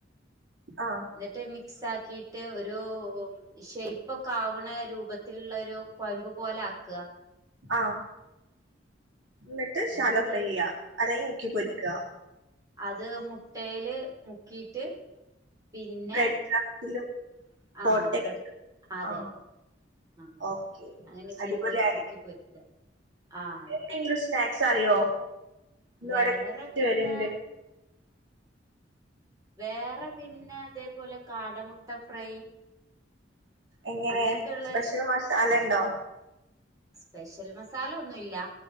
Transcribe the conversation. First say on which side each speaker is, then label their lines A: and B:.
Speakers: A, on the right; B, on the right.
A: ആഹ്
B: ന്നിട്ട് മിക്സാക്കിട്ട് ഒരൂ ഒ ഇ ഷെയ്പ്പൊക്കാവ്‌ണെ രൂപത്തില്ള്ളരു കൊയമ്പ് പോലാക്ക
A: ആഹ് ന്ന്ട്ട് ശാലൊ
B: എന്നിട്ട്
A: ഫ്രൈയെയ്യ അലെങ്കി മുക്കി പൊരിക്ക
B: അത് മുട്ടേല് മുക്കീട്ട് പിന്നെ
A: ബ്രെഡ് ക്രാഫ്റ്റിലും
B: ആഹ്
A: കോട്ടയും
B: ബ്രഡ് അതെ
A: ആഹ്
B: അ
A: ഓക്കെ
B: അങ്ങനെ
A: അടിപൊളി
B: ചെയ്ത് മുക്കി പൊരിക്ക ആത്
A: ന്തെങ്കിലും സ്നാക്സറിയോ? ന്ന്
B: വേറെ
A: ‌വിടെ റ്റ്
B: പിന്നെ
A: വര്ണ്ട്
B: വേറെ പിന്ന തേ പോലെ കാടമുട്ട ഫ്രൈ
A: എങ്ങനെ?
B: അങ്ങനെയൊക്കെയുള്ള
A: സ്പെഷൽ മഷാല ണ്ടോ?
B: സ്പെഷൽ മസാല ഒന്നുല്ല